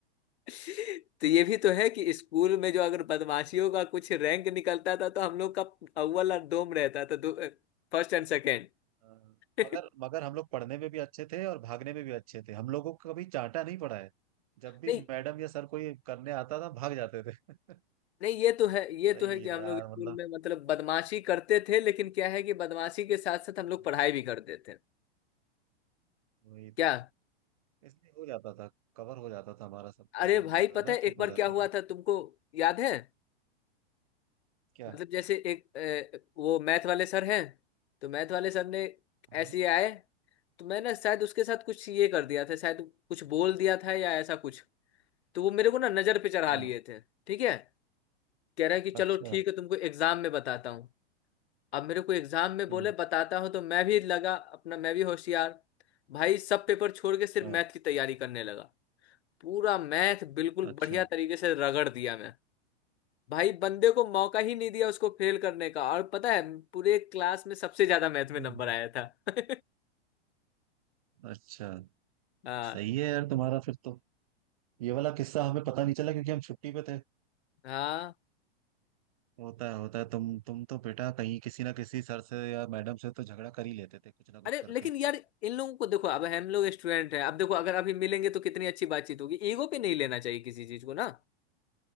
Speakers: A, on the left; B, on the right.
A: तो ये भी तो है कि स्कूल में जो अगर बदमाशियों का कुछ रैंक निकलता था तो हम लोग का अव्वल और दोम रहता था दो, First and second
B: हाँ, मगर
A: <laughs>
B: मगर हम लोग पढ़ने में भी अच्छे थे और भागने में भी अच्छे थे हम लोगों को कभी चांटा नहीं पड़ा है जब भी
A: नहीं
B: मैडम या सर कोई करने आता था भाग जाते थे <laughs>
A: नहीं ये तो है ये
B: सही
A: तो है कि
B: है
A: हम
B: यार
A: लोग स्कूल
B: मतलब
A: में मतलब बदमाशी करते थे लेकिन क्या है कि बदमाशी के साथ साथ हम
B: हम्म,
A: लोग पढ़ाई भी करते थे
B: वही
A: क्या
B: तो इसलिए हो जाता था कवर हो जाता था हमारा सब प्रॉब्लम
A: अरे भाई
B: जो है
A: पता
B: ना
A: है
B: ठीक
A: एक
B: हो
A: बार क्या
B: जाता
A: हुआ
B: था
A: था तुमको याद है
B: क्या
A: मतलब जैसे एक अ, वो मैथ वाले सर हैं तो मैथ वाले सर ने
B: हाँ
A: ऐसे ही आए तो मैं ना शायद उसके साथ कुछ ये कर दिया था शायद कुछ बोल दिया था या ऐसा कुछ तो वो मेरे को ना नजर पे चढ़ा
B: हाँ,
A: लिए थे ठीक है कह रहा है कि
B: अच्छा
A: चलो ठीक है तुमको एग्जाम में बताता हूँ अब मेरे को एग्जाम में बोले
B: हम्म
A: बताता हूँ तो मैं भी लगा अपना मैं भी होशियार भाई सब पेपर छोड़ के सिर्फ
B: हाँ
A: मैथ की तैयारी करने लगा पूरा मैथ बिल्कुल
B: अच्छा
A: बढ़िया तरीके से रगड़ दिया मैं भाई बंदे को मौका ही नहीं दिया उसको फेल करने का और पता है पूरे क्लास में सबसे ज्यादा मैथ में
B: हम्म
A: नंबर आया था <laughs>
B: अच्छा
A: हाँ
B: सही है यार तुम्हारा फिर तो ये वाला किस्सा हमें पता नहीं चला क्योंकि हम छुट्टी पे थे
A: हाँ
B: होता है होता है तुम तुम तो बेटा कहीं किसी ना किसी सर से या मैडम से तो झगड़ा कर ही लेते थे कुछ ना कुछ
A: अरे
B: करके
A: लेकिन यार इन लोगों को देखो अब हम लोग स्टूडेंट हैं अब देखो अगर अभी मिलेंगे तो कितनी अच्छी बातचीत होगी ईगो पे नहीं लेना चाहिए किसी चीज को ना